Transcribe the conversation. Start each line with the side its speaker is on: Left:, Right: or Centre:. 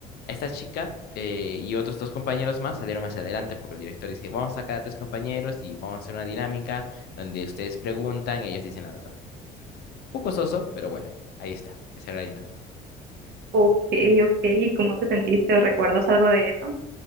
Left: esta chica eh, y otros dos compañeros más salieron hacia adelante, porque el director dice, vamos a sacar a tres compañeros y vamos a hacer una dinámica donde ustedes preguntan y ellos dicen la verdad. Un poco soso, pero bueno, ahí está, esa era la dinámica.
Right: Ok, ok. ¿Y cómo te sentiste o recuerdas algo de eso?